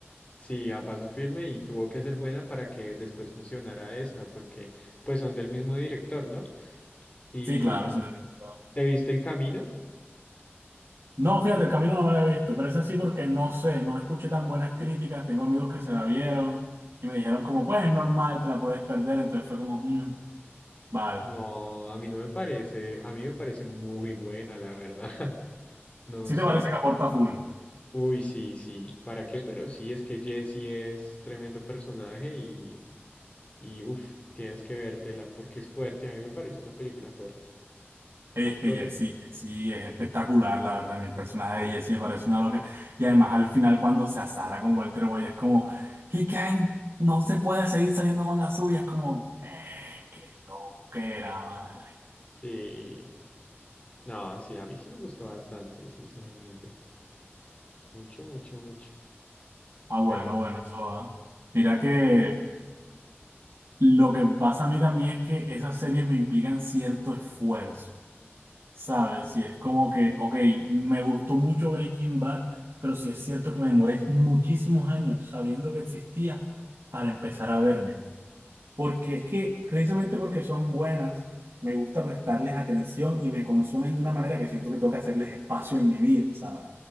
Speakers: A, on the left; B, on the right.
A: Sí, a paso firme y tuvo que ser buena para que después funcionara esta, porque pues son del mismo director, ¿no? ¿Y
B: Sí, claro, es un recomendador.
A: te viste El Camino?
B: No, fíjate, el camino no me lo he visto, pero es así porque no sé, no escuché tan buenas críticas. Tengo amigos que se la vieron y me dijeron como, pues es normal, te la puedes perder. Entonces fue como, "Mm, vale.
A: No, a mí no me parece, a mí me parece muy buena, la verdad. <laughs> No
B: ¿Sí
A: sé.
B: te parece que aporta full?
A: Uy, sí, sí. ¿Para qué? Pero sí, es que Jessie es tremendo personaje y, y uff, tienes que vértela porque es fuerte. A mí me parece una película fuerte.
B: Ey, es que
A: Sobre...
B: Jessie, Jessie es espectacular, la verdad. Mi personaje de Jessie me parece una loca. Y además al final cuando se asara con Walter Boy es como, he can't- no se puede seguir saliendo con las suyas, como, eh, qué loquera, madre.
A: Sí. No, sí, a mí sí me gustó bastante, sinceramente. Mucho, mucho, mucho.
B: Ah, bueno,
A: Pero
B: bueno, eso va. Mira que Lo que pasa a mí también es que esas series me implican cierto esfuerzo, ¿sabes? Y es como que, ok, me gustó mucho Breaking Bad, pero sí es cierto que me demoré muchísimos años sabiendo que existía para empezar a verme. Porque es que, precisamente porque son buenas, me gusta prestarles atención y me consumen de una manera que siento que tengo que hacerles espacio en mi vida, ¿sabes?